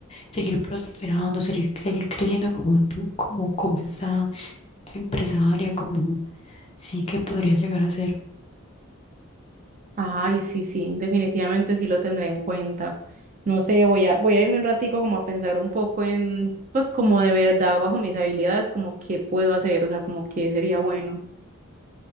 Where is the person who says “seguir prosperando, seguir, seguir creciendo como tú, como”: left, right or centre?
Left